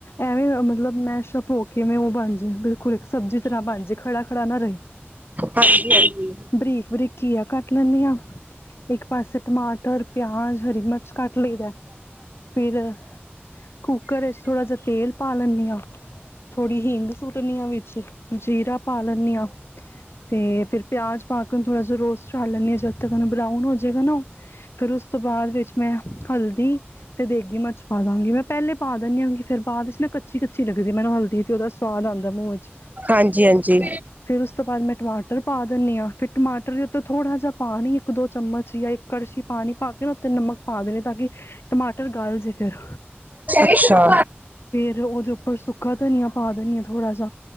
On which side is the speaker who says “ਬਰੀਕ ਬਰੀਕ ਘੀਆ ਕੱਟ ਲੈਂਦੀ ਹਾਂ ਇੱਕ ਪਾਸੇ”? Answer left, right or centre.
Left